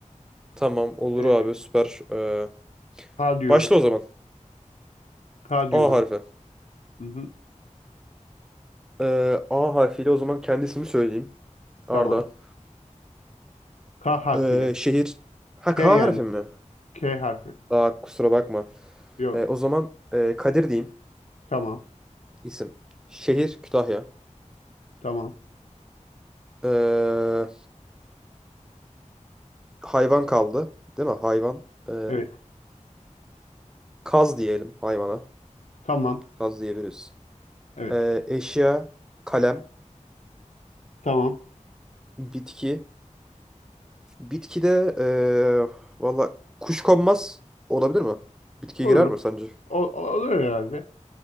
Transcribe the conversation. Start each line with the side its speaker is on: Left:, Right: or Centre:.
Centre: Tamam olur
Left: E,
Centre: abi süper. Ee,
Left: K diyorum.
Centre: başla o zaman.
Left: K
Centre: A
Left: diyorum.
Centre: harfi.
Left: Hı hı.
Centre: Ee, A harfiyle o zaman kendisini söyleyeyim. Arda.
Left: Tamam. K harfiyle.
Centre: Ee, şehir. Ha
Left: K
Centre: K
Left: yani.
Centre: harfi mi?
Left: K harfi.
Centre: Aa kusura bakma.
Left: Yok.
Centre: Ee, o zaman e, Kadir diyeyim.
Left: Tamam.
Centre: İsim. Şehir Kütahya.
Left: Tamam.
Centre: Ee, hayvan kaldı. Değil mi? Hayvan. Ee,
Left: Evet.
Centre: kaz diyelim hayvana.
Left: Tamam.
Centre: Kaz diyebiliriz.
Left: Evet.
Centre: Ee, eşya. Kalem.
Left: Tamam.
Centre: Bitki. Bitkide eee valla kuşkonmaz olabilir mi? Bitkiye
Left: Olur.
Centre: girer mi sence?
Left: O, o- olur herhalde.